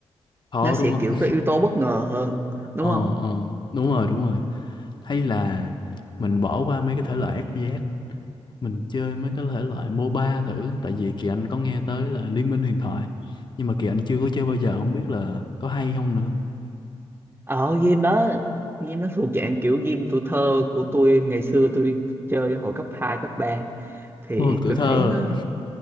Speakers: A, on the left; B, on the right.
A: khó
B: nó sẽ
A: đúng không
B: kiểu có yếu tố bất ngờ hơn,
A: <laughs>
B: đúng
A: ờ,
B: không?
A: ờ, đúng rồi đúng rồi hay là mình bỏ qua mấy cái thể loại FPS mình chơi mấy cái thể loại MOBA thử tại vì kỳ anh có nghe tới là Liên minh huyền thoại nhưng mà kỳ anh chưa có chơi bao giờ không biết là có hay không nữa
B: Ở game đó game nó thuộc dạng kiểu game tuổi thơ của tôi ngày xưa tôi chơi hồi cấp 2 cấp ba thì
A: thôi tuổi
B: tôi
A: thơ
B: thấy nó
A: á.